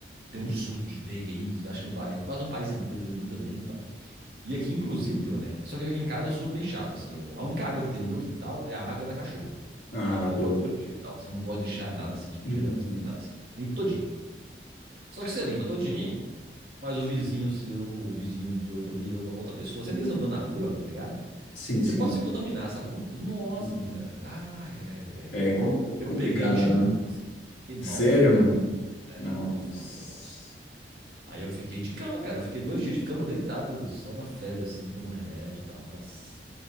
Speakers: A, on the right; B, on the left.
A: Deu
B: Uhum.
A: um surto de dengue aí, acho que no país, quase no país inteiro, muita dengue e tal. E aqui, inclusive, deu, né? Só que aqui em casa eu sou bem chato, assim. eu- A única água que tem no meu quintal é a água da cachorra,
B: Ah,
A: que
B: boa.
A: eu troco todo dia e tal. Você não gosta de deixar nada assim, sujeira,
B: Uhum.
A: estranho, nada assim. Limpo todinho. Só que você limpa todinho, mas o vizinho seu, ou o vizinho de outro ali, outra, outra pessoa, você mesmo andando na rua, tá ligado?
B: Sim,
A: Você
B: sim.
A: pode se contaminar, sacou? Nossa,
B: Hum.
A: velho. Ai, ai, ai, ai, ai.
B: É com-
A: E eu
B: complicado,
A: peguei de
B: né?
A: novo, assim. Fiquei mouse,
B: Sério,
A: mouse.
B: mano.
A: É,
B: Nossa.
A: de novo. Não fiquei mouse. Aí eu fiquei de cama, cara. Eu fiquei dois dias de cama, deitado, só na febre, assim, tomando remédio e tal. Nossa.